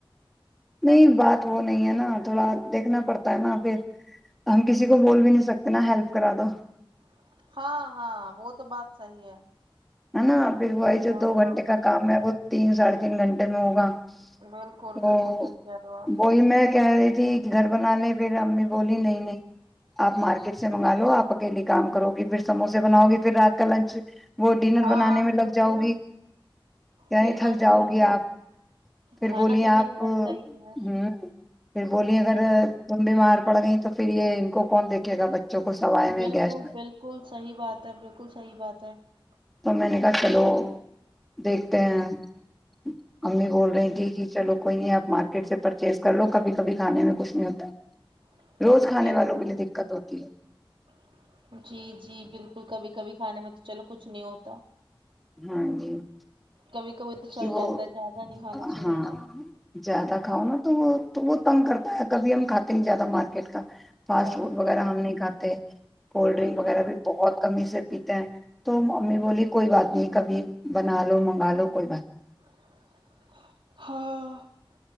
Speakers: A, in the centre; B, on the right (about 70°).
A: <unintelligible>
B: <unintelligible>
A: <unintelligible>
B: بالکل بالکل
A: <unintelligible>
B: بالکل بالکل صحیح
A: <unintelligible>
B: کہہ رہے ہو آپ
A: <unintelligible> <unintelligible> <unintelligible>
B: ہاں بالکل پھر بار وہی تو کھانا کبھی نپٹتا ہی نہیں
A: <unintelligible>
B: <unintelligible>
A: میں گیس <unintelligible>
B: <unintelligible>
A: روز کھانے والوں کے لیے دقت ہوتی
B: <unintelligible>
A: <unintelligible>
B: کبھی کبھی تو چل جاتا ہے زیادہ نہیں کھانا
A: <unintelligible>
B: چاہیے نا
A: <unintelligible>
B: زیادہ
A: <unintelligible>
B: بالکل
A: <unintelligible> <unintelligible>
B: <unintelligible>